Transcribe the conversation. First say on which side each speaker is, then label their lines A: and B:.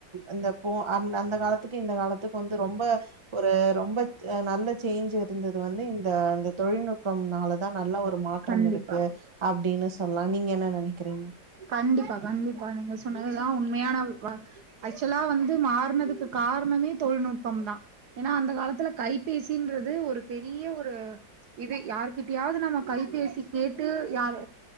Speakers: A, on the right; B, on the right.
A: இந்த போ அந் அந்த காலத்துக்கு இந்த காலத்துக்கு வந்து ரொம்ப ஒரு ரொம்ப நல்ல சேஞ்ச் இருந்தது வந்து இந்த அந்த தொழில்நுட்பம்னால தா நல்ல ஒரு மாற்றம்
B: கண்டிப்பா
A: இருக்கு அப்டின்னு சொல்லா நீங்க என்ன நெனைக்கிறீங்க
B: கண்டிப்பா கண்டிப்பா நீங்க சொன்னதுதா உண் மையான வ ஆக்சுவலா வந்து மாறுனதுக்கு காரணமே தொழில்நுட்பம் தா ஏனா அந்த காலத்துல கைபேசின்றது ஒரு பெரிய ஒரு இது யாருகிட்டயாது நம்ம கைபேசி கேட்டு யா